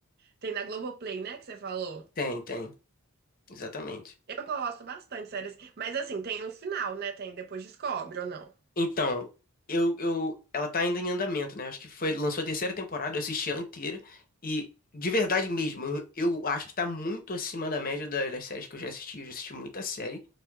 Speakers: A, on the right; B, on the left.
A: Tem na Globoplay, né, que você falou?
B: Tem, tem. Exatamente.
A: Eu gosto bastante de séries, mas assim, tem um final, né? Tem depois descobre ou não?
B: Então, eu, eu, ela tá ainda em andamento, né? Acho que foi, lançou a terceira temporada, eu assisti ela inteira e de verdade mesmo, eu, eu acho que tá muito acima da média da- das séries que eu já assisti, eu já assisti muita série